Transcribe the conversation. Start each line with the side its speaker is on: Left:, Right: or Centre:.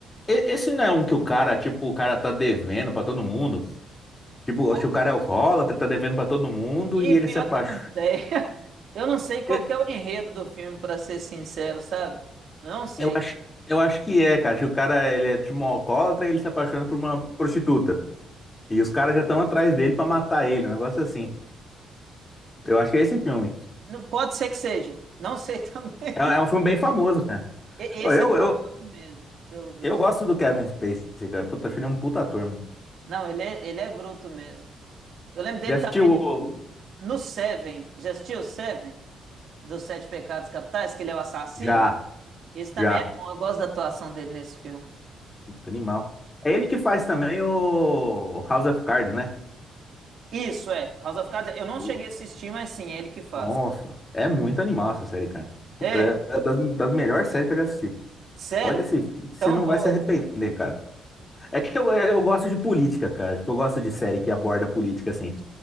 Left: E- Esse não é um que o cara, tipo, o cara tá devendo pra todo mundo. Tipo,
Right: Pô,
Left: acho que o cara é alcoólatra, tá devendo pra todo mundo
Right: E
Left: e ele
Right: pior
Left: se apaixona.
Right: que eu não sei. <laughs> Eu não sei qual
Left: Eu
Right: que é o enredo do filme, pra ser sincero, sabe? Não sei.
Left: eu acho, eu acho que é, cara. Acho que o cara, ele é tipo um alcoólatra e ele se apaixona por uma prostituta. E os caras já estão atrás dele pra matar ele, um negócio assim. Eu acho que é esse filme.
Right: Não, pode ser que seja. Não sei <laughs> também.
Left: É, é um filme bem famoso, cara.
Right: E-
Left: Ô,
Right: Esse
Left: Eu,
Right: é famoso
Left: eu,
Right: mesmo, pelo visto.
Left: eu gosto do Kevin Spacey, cara. Puta, acho ele é um puta ator, mano.
Right: Não, ele é, ele é bruto mesmo. Eu lembro dele
Left: Já assistiu
Right: também
Left: o...
Right: no Seven. Já assistiu o Seven? Dos Sete Pecados Capitais, que ele é o assassino?
Left: Já,
Right: Esse também
Left: já.
Right: é bom. Eu gosto da atuação dele nesse filme.
Left: Puta, animal. É ele que faz também o House of Cards, né?
Right: Isso, é. House of Cards, eu não
Left: Pô,
Right: cheguei a assistir, mas sim, é ele que faz.
Left: Nossa, é muito animal essa série, cara. Puta,
Right: É?
Left: é é das, das melhores séries que eu já assisti.
Right: Sério?
Left: Pode assistir, que você
Right: Tão
Left: não
Right: boa
Left: vai se arrepender,
Right: assim?
Left: cara. É que eu, eu gosto de política, cara. Tipo, eu gosto de série que aborda política, assim.